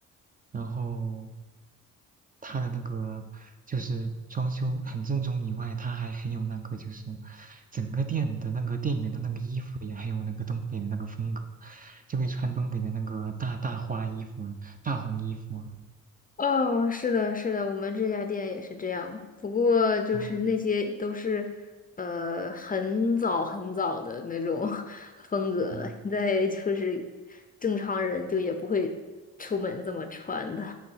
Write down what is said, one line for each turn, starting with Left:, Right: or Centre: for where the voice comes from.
Right: 然后它的那个就是装修很正宗以外，它还很有那个就是整个店的那个店员的那个衣服也很有那个东北的那个风格，就会穿东北的那个大大花衣服啊，大红衣服啊。
Left: 哦，是的，是的，我们这家店也是这样。不过就是那些都是，
Right: 哦
Left: 呃，很早很早的那种 <laughs> 风格了。
Right: 哦
Left: 现在就是正常人就也不会出门这么穿的。